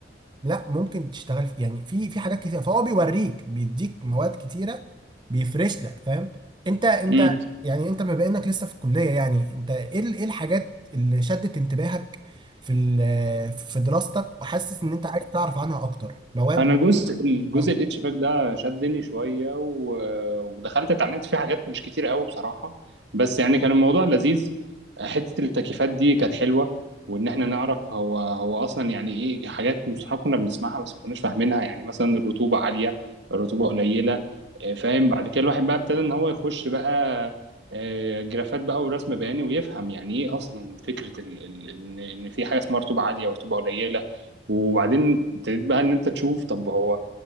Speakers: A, on the right; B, on the right.
A: لا ممكن تشتغل في يعني في في حاجات كتيره فهو بيوريك بيديك مواد كتيره بيفرش لك فاهم انت انت
B: إمم.
A: يعني انت بما انك لسه في الكليه يعني انت ايه ال- ايه الحاجات اللي شدت انتباهك في ال- في دراستك وحاسس ان انت عايز تعرف عنها اكتر مواد
B: انا جزء الجزء
A: اه
B: الاتش باك ده شدني شويه و- ودخلت اتعلمت فيه حاجات مش كتير قوي بصراحه بس يعني كان الموضوع لذيذ حته التكييفات دي كانت حلوه وان احنا نعرف هو هو اصلا يعني ايه حاجات مصطلحات كنا بنسمعها بس ما كناش فاهمينها يعني مثلا الرطوبه عاليه الرطوبه قليله آه، فاهم بعد كده الواحد بقى ابتدى ان هو يخش بقى آه، جرافات بقى ورسم بياني ويفهم يعني ايه اصلا فكره ال- ال- ان إن في حاجه اسمها رطوبه عاليه ورطوبه قليله وبعدين ابتديت بقى ان انت تشوف طب هو